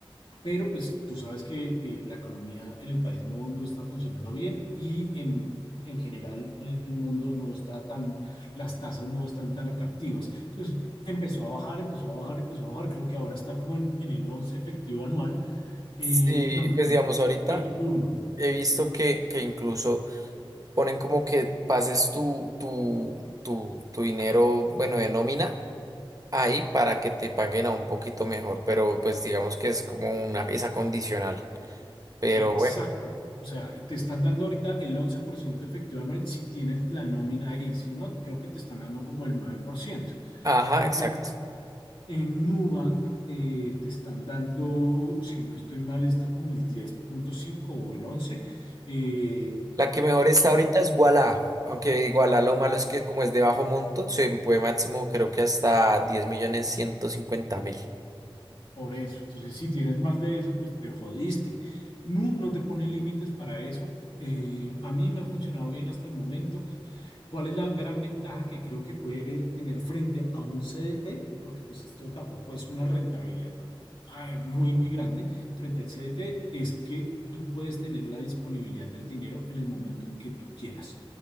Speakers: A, on the left (about 70°); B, on the right (about 40°).
A: pero pues tú sabes que eh, la economía en el país no, no está funcionando bien y en, en general en el mundo no está tan, las tasas no están tan atractivas. Entonces empezó a bajar, empezó a bajar, empezó a bajar. Creo que ahora está como en, en el 11 efectivo anual. Eh,
B: Sí,
A: no,
B: pues
A: en
B: digamos ahorita.
A: el duro.
B: He visto que, que incluso ponen como que pases tu, tu, tu, tu dinero, bueno, de nómina ahí para que te paguen a un poquito mejor, pero pues digamos que es como una esa condicional. Pero
A: Exacto.
B: bueno,
A: O sea, te están dando ahorita el 11% efectivo anual si tienes la nómina ahí. Si no, creo que te están dando como el nueve por ciento
B: ajá,
A: En
B: exacto.
A: En Nubank eh, te están dando, si no estoy mal, está como en el 10.5 o el 11, eh,
B: La que mejor está ahorita es Wala, aunque Wala lo malo es que como es de bajo monto, se puede máximo creo que hasta diez millones ciento cincuenta mil.
A: Por eso, entonces si tienes más de eso, pues te jodiste. No, no te pone límites para eso. Eh, a mí me ha funcionado bien hasta el momento. ¿Cuál es la gran ventaja que creo que puede tener frente a un CDT? Porque pues esto tampoco es una rentabilidad tan- ah, muy, muy grande. Frente al CDT es que tú puedes tener la disponibilidad del dinero en el momento en que tú quieras.